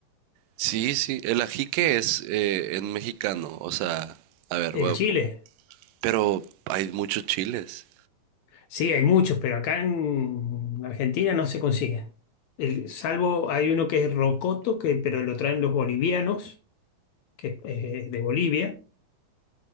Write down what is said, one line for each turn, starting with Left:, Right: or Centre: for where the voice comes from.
Right: sí, sí. El ajique es eh, en mexicano, o sea, a ver,
Left: El
Right: voy a buscar.
Left: chile,
Right: Pero hay muchos chiles.
Left: sí, hay muchos, pero acá en Argentina no se consigue. El- salvo hay uno que es rocoto, que, pero lo traen los bolivianos que es, eh, de Bolivia.